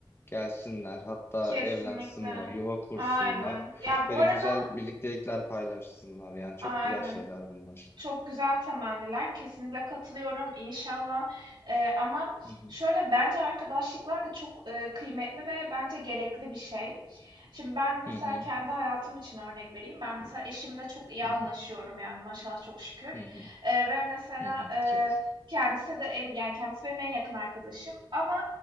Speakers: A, on the left; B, on the right.
A: gelsinler. Hatta
B: kesinlikle.
A: evlensinler, yuva kursunlar.
B: Aynen. Ya bu
A: Böyle
B: arada
A: güzel birliktelikler paylaşsınlar. Yani çok
B: aynen.
A: güzel şeyler bunlar.
B: Çok güzel temenniler. Kesinlikle katılıyorum inşallah. Eee, ama
A: Hı hı.
B: şöyle bence arkadaşlıklar da çok, eee, kıymetli ve bence gerekli bir şey. Şimdi ben mesela
A: Hı hı.
B: kendi hayatım için örnek vereyim. Ben mesela eşimle çok iyi
A: Hı
B: anlaşıyorum
A: hı,
B: yani maşallah çok şükür.
A: hı hı,
B: Eee, ve mesela,
A: hı hı.
B: eee,
A: Çok.
B: kendisi de en yani kendisi benim en yakın arkadaşım ama